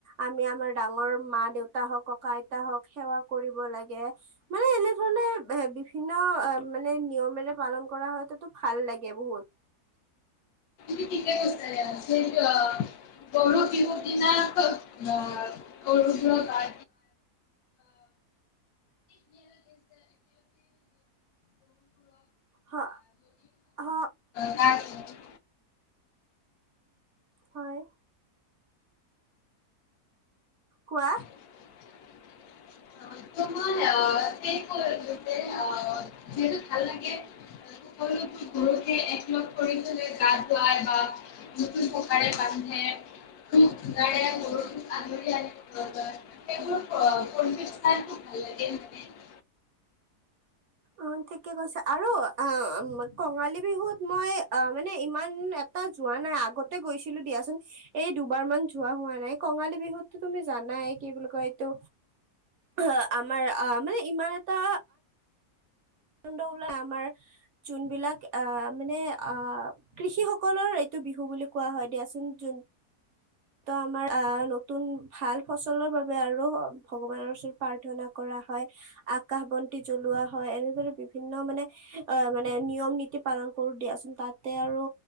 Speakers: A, on the right (about 60°); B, on the left (about 75°).
A: আমি আমাৰ ডাঙৰ মা দেউতা হওক ককা আইতা হওক সেৱা কৰিব লাগে। মানে এনেধৰণে এ বিভিন্ন মানে নিয়মেৰে পালন কৰা হয় তাতো ভাল লাগে বহুত।
B: <inaudible> গৰু বিহু দিনা গৰুগৃহত <unintelligible>
A: হ হ
B: <inaudible> <inaudible>
A: হয়। কোৱা।
B: <unintelligible> <unintelligible> যিহেতু ভাল লাগে। সকলো গৰুকে একলগ কৰি পেলায় গা ধোৱাই বা নুতুন পঘাৰে বান্ধে। <unintelligible> ভাল লাগে হয়নে?
A: অ' ঠিকে কৈছে, আৰু অ' কঙালী বিহুত মই অ মানে ইমান টাত যোৱা নাই আগতে গৈছিলো দিয়াচোন। এই দুবাৰ মান যোৱা হোৱা নাই, কঙালী বিহুতটো তুমি জানাই কি বুলি কয় এইটো অ' আমাৰ অ মানে ইমান এটা <unintelligible> ওলাই আমাৰ চোন বিলাক আহ মানে অ' কৃষি সকলৰ এইটো বিহু বুলি কোৱা হয় দিয়াচোন। যোন ত' আমাৰ আহ নতুন ভাল ফচলৰ বাবে আৰু ভগৱানৰ ওচৰত প্ৰাৰ্থনা কৰা হয়। আকাশ বন্তি জ্বলোৱা হয়। এনেদৰে বিভিন্ন মানে অ' মানে নিয়ম নীতি পালন কৰো দিয়াচোন। তাতে আৰু